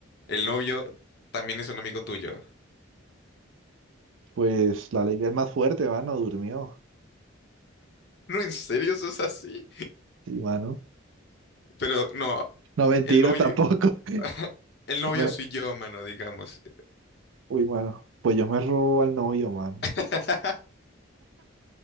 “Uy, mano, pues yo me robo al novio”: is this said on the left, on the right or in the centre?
Right